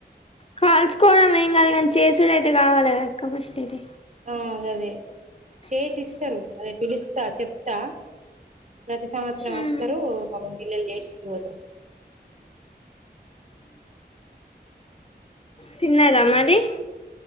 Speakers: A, on the left; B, on the right.
A: కాల్చుకోవడమే కా కానీ చేసూడు అయితే కావాలి క అక్క ఫస్ట్ అయితే
B: ఆదే చేసి ఇస్తారు అదే పిలుస్తా చెప్తా ప్రతి సంవత్సరం వస్తారు
A: ఉమ్
B: పబన్ పిల్లలు చేసి ఇచ్చి పోతారు
A: తిన్నార మరి రి